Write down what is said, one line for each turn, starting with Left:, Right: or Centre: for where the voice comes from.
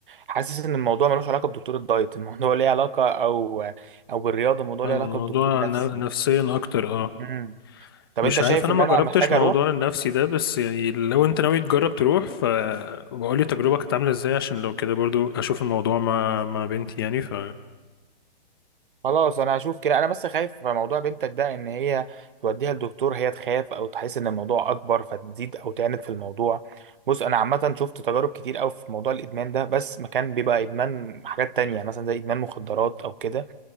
Right: حاسس ان الموضوع ملوش علاقه بدكتور الدايت <laughs> الموضوع ليه علاقه او او بالرياضه الموضوع
Left: الموضوع
Right: ليه علاقه بدكتور نفسي
Left: ن- نفسيا أكتر أه
Right: مم. طب
Left: مش
Right: انت
Left: عارف
Right: شايف
Left: انا
Right: ان
Left: ما
Right: انا
Left: جربتش
Right: محتاج
Left: موضوع
Right: اروح
Left: النفسي ده بس يعني لو انت ناوي تجرب تروح فبقول لي تجربة كانت عاملة ازاي عشان لو كده برضو اشوف الموضوع مع مع بنتي يعني ف
Right: خلاص انا هشوف كده انا بس خايف في موضوع بنتك ده ان هي توديها لدكتور هي تخاف او تحس ان الموضوع اكبر فتزيد او تعند في الموضوع بص انا عامه شفت تجارب كتير قوي في موضوع الادمان ده بس ما كان بيبقى ادمان حاجات تانية يعني مثلا زي ادمان مخدرات او كده